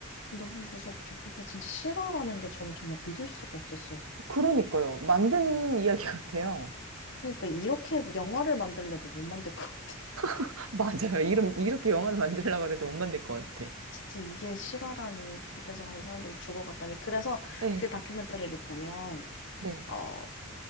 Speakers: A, on the left (about 60°); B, on the right (about 70°).
A: 너무 무섭죠. 근데 진짜 실화라는 게 저는 정말 믿을 수가 없었어요.
B: 그러니까요. 만든 이야기 같아요.
A: 그러니까 이렇게 영화를 만들래도 못 만들 것 같아요. <laughs>
B: <laughs> 맞아요. 이런, 이렇게 영화를 만들려고 해도 못 만들 것 같아.
A: 진짜 이게 실화라니 그렇게 해서 하는 사람들이 죽어갔다니. 그래서
B: 네,
A: 그 다큐멘터리를 보면
B: 네.
A: 어